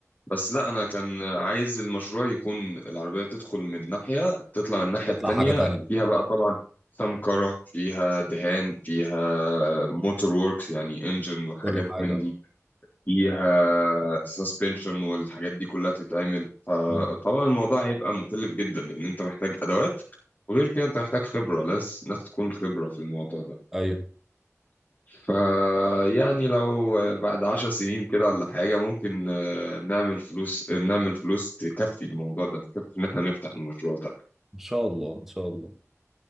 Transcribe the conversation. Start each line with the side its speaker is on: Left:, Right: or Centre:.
Left: بس لا انا كان عايز المشروع يكون العربيه تدخل من ناحيه تطلع الناحيه
Centre: تطلع
Left: التانيه
Centre: حاجه تانيه
Left: فيها بقى طبعا سمكرة فيها دهان فيها موتور ووركس يعني انجن وحاجات
Centre: كل حاجه
Left: من
Centre: آه.
Left: دي فيها سسبنشن والحاجات دي كلها تتعمل فطبعا
Centre: امم
Left: الموضوع هيبقى مكلف جدا لان انت محتاج ادوات وغير كده انت محتاج خبرة ناس ناس تكون خبرة في الموضوع ده
Centre: ايوه
Left: فيعني لو بعد عشر سنين كده ولا حاجة ممكن آه، نعمل فلوس آه، نعمل فلوس تكفي الموضوع ده تكفي ان احنا نفتح المشروع ده
Centre: ان شاء الله ان شاء الله